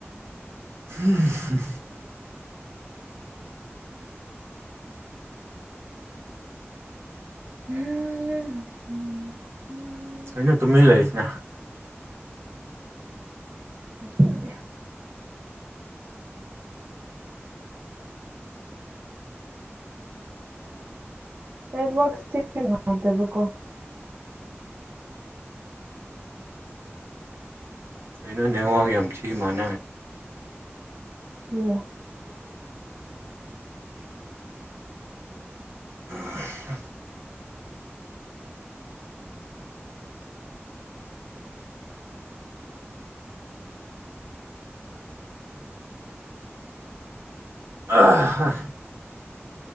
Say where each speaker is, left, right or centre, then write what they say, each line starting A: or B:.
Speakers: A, on the right (about 70°); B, on the right (about 45°).
A: ꯍꯨꯝ
B: <unintelligible> ꯎꯝ ꯎꯝ
A: ꯀꯩꯅꯣ ꯇꯨꯃꯤꯟ ꯂꯩꯔꯤꯁꯤꯅ
B: <unintelligible> ꯅꯦꯋꯥꯛꯁꯦ ꯈꯔꯥ ꯅꯨꯉꯥꯏꯇꯥꯕꯀꯣ
A: ꯀꯩꯅꯣ ꯅꯦꯋꯥꯛ ꯌꯥꯝ ꯊꯤ ꯃꯥꯟꯅꯦ
B: ꯌꯦ
A: ꯎꯝ ꯑꯥ